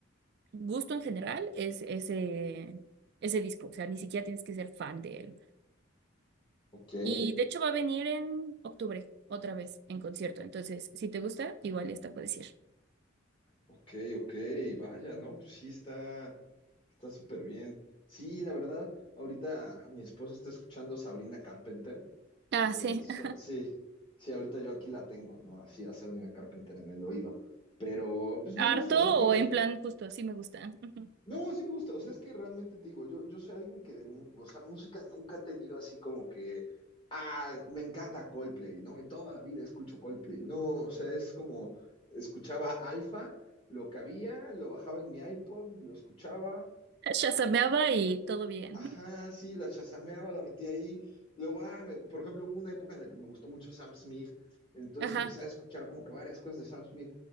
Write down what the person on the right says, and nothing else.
gusto en general es ese, ese disco, o sea, ni siquiera tienes que ser fan de él.
Y de hecho va a venir en octubre, otra vez, en concierto. Entonces, si te gusta, igual ya está, puedes ir.
Ah,
sí. <laughs>
Harto
o en plan justo, sí me gusta. <laughs>
Shazameaba y todo bien.
Ajá,